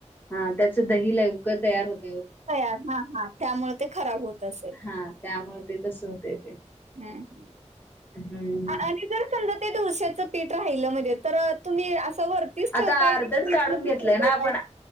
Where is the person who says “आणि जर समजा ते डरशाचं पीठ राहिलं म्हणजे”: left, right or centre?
Right